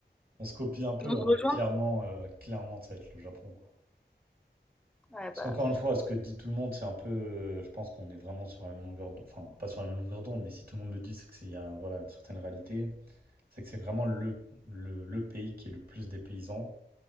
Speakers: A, on the right; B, in the centre.
A: on se copie un peu,
B: On se
A: hein,
B: rejoint?
A: mais clairement, euh, clairement, ça va être le Japon, quoi.
B: Ouais,
A: Parce
B: bah
A: qu'encore une fois, ce que dit tout le monde, c'est un peu, euh, je pense qu'on est vraiment sur la même longueur d'onde, enfin, pas sur la même longueur d'onde, mais si tout le monde le dit, c'est qu'il y a, un- voilà, une certaine réalité. C'est que c'est vraiment le, le, le pays qui est le plus des paysans.